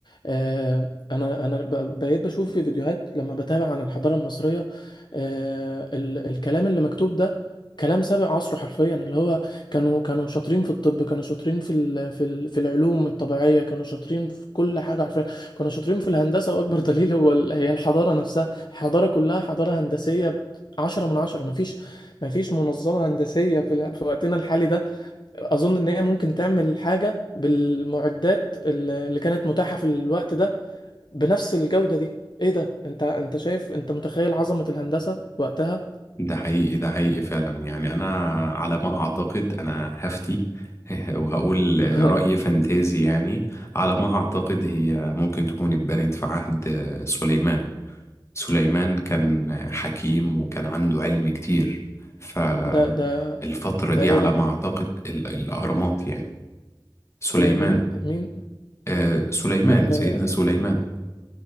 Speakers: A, on the left (about 60°); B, on the left (about 35°).
A: آه انا انا ب- بقيت بشوف في فيديوهات لما بتابع عن الحضارة المصرية آه ال الكلام اللي مكتوب ده كلام سابق عصره حرفيا اللي هو كانوا كانوا شاطرين في الطب كانوا شاطرين في ال في ال في العلوم الطبيعية كانوا شاطرين في كل حاجة حرفيا كانوا شاطرين في الهندسة واكبر دليل هو ال هي الحضارة نفسها الحضارة كلها حضارة هندسية عشرة من عشرة مفيش مفيش منظمة هندسية في, ال- في وقتنا الحالي ده اظن ان هي ممكن تعمل حاجه بالمعدات اللي اللي كانت متاحه في الوقت ده بنفس الجوده دي ايه ده انت انت شايف انت متخيل عظمه الهندسه وقتها
B: ده حقيقي ده حقيقي فعلا يعني أنا على ما أعتقد أنا هفتي <laughs> وهقول
A: <laughs>
B: رأي فانتازي يعني على ما أعتقد هي ممكن تكون اتبنت في عهد سليمان سليمان كان حكيم وكان عنده علم كتير فالفترة
A: ده ده
B: دي
A: ده ايه
B: على
A: ده
B: ما أعتقد ال- الأهرامات يعني سليمان
A: سليمان مين
B: آه سليمان
A: اه
B: سيدنا سليمان